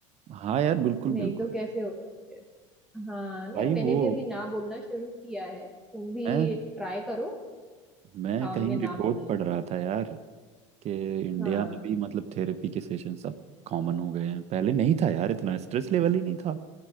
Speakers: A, on the right; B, in the centre.
A: हाँ यार बिल्कुल
B: नहीं
A: बिल्कुल
B: तो कैसे होगा फिर हाँ नहीं
A: भाई
B: मैंने
A: वो
B: भी अभी ना बोलना शुरू किया है तुम भी
A: मैं
B: ट्राई करो
A: मैं
B: काम
A: कहीं
B: में
A: रिपोर्ट
B: ना बोलना
A: पढ़ रहा था यार कि इंडिया
B: हाँ
A: में भी मतलब थेरेपी के सेशन सब कॉमन हो गए हैं पहले नहीं था यार इतना स्ट्रेस लेवल ही नहीं था